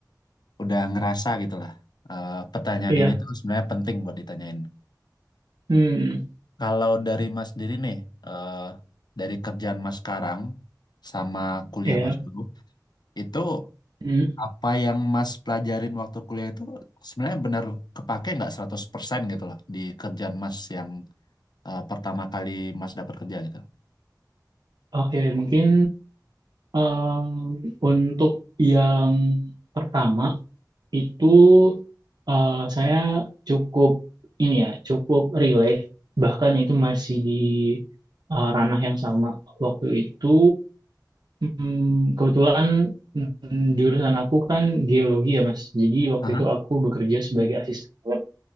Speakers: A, on the left; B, on the right.
A: udah ngerasa gitu lah. eh, pertanyaan
B: iya,
A: ini tuh sebenarnya penting buat ditanyain.
B: hmm,
A: Kalau dari Mas sendiri nih, eh, dari kerjaan Mas sekarang sama kuliah
B: iya,
A: Mas dulu, itu
B: hmm.
A: apa yang Mas pelajarin waktu kuliah itu sebenarnya benar kepake nggak 100% gitu loh di kerjaan Mas yang eh, pertama kali Mas dapat kerja gitu.
B: Oke, mungkin em, untuk yang pertama itu eh, saya cukup ini ya, cukup relate, bahkan itu masih di eh, ranah yang sama. Waktu itu hmm, kebetulan hmm, jurusan aku kan geologi ya Mas, jadi waktu
A: Aha.
B: itu aku bekerja sebagai asisten lab